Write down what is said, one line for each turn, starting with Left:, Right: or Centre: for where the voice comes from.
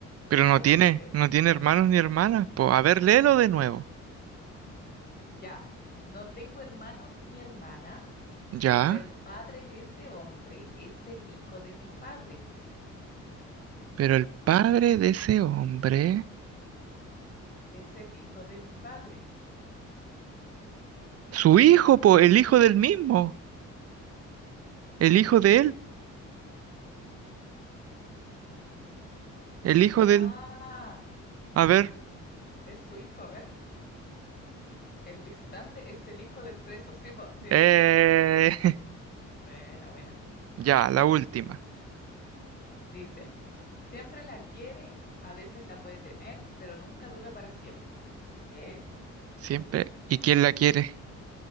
Right: Pero
Left: Ay,
Right: no tiene,
Left: no sé.
Right: no tiene hermanos ni hermanas, po. A ver, léelo de nuevo.
Left: Ya, no tengo hermanos ni hermanas,
Right: Ya,
Left: pero el padre de ese hombre es el hijo de mi padre.
Right: pero el padre de ese hombre.
Left: Es el hijo de mi padre. Aquí.
Right: Su hijo, po, el hijo del mismo. El hijo de él. El hijo
Left: Ah,
Right: del. A ver.
Left: es su hijo, a ver. El visitante es el hijo del preso. Sí, pues, sí.
Right: Eh... <laughs>
Left: Buena, buena.
Right: Ya, la última.
Left: Dice, siempre la quiere, a veces la puede tener, pero nunca dura para siempre. ¿Qué es?
Right: Siempre. ¿Y quién la quiere?